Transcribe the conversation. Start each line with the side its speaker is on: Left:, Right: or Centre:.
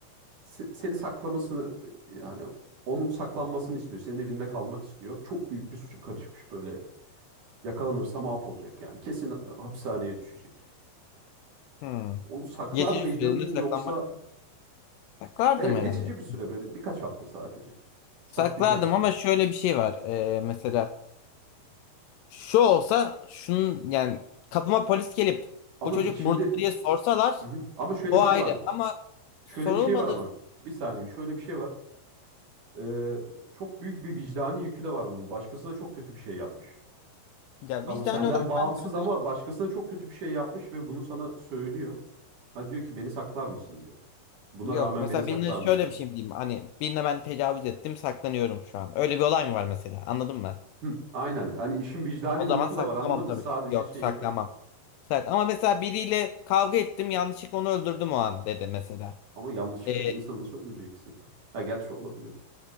Right: Se- seni saklamasını yani onun saklanmasını istiyor. Senin evinde kalmak istiyor. Çok büyük bir suça karışmış böyle. Yakalanırsa mahvolacak yani. Kesin e, hapishaneye düşecek.
Left: Hmm.
Right: Onu saklar
Left: Geçici
Right: mıydın
Left: süreliğine saklanmak.
Right: yoksa
Left: Saklardım
Right: evet
Left: herhalde.
Right: geçici bir süre böyle birkaç hafta sadece saklayacaksın.
Left: Saklardım ama şöyle bir şey var. Ee, mesela şu olsa şunun yani kapıma polis gelip
Right: Ama
Left: bu çocuk
Right: şimdi
Left: burada mı diye sorsalar
Right: Hı hı. ama şöyle
Left: o
Right: bir
Left: ayrı
Right: şey var.
Left: ama sorulmadı
Right: Şöyle bir şey var ama bir saniye şöyle bir şey var. Ee, çok büyük bir vicdani yükü de var bunun. Başkasına çok kötü bir şey yapmış.
Left: ya
Right: Tamam
Left: vicdani
Right: senden
Left: olarak
Right: bağımsız
Left: ben kanka
Right: ama başkasına çok kötü bir şey yapmış ve bunu sana söylüyor. Ha diyor ki beni saklar mısın diyor. Buna
Left: yok.
Right: rağmen
Left: Mesela
Right: beni saklar
Left: birine şöyle
Right: mısın diyor.
Left: bir şey mi diyeyim hani birine ben tecavüz ettim saklanıyorum şu an. Öyle bir olay mı var mesela anladın mı?
Right: Hı, aynen. Hani işin vicdani
Left: O
Right: boyutu
Left: zaman saklamam
Right: da var anladın mı?
Left: tabii
Right: Sadece
Left: ki. Yok
Right: şeyi
Left: saklamam.
Right: var.
Left: Sak ama mesela biriyle kavga ettim yanlışlıkla onu öldürdüm o an dedi mesela.
Right: Ama yanlışlıkla
Left: Ee,
Right: bir insanı nasıl öldüreceksin? Ha gerçi olabilir.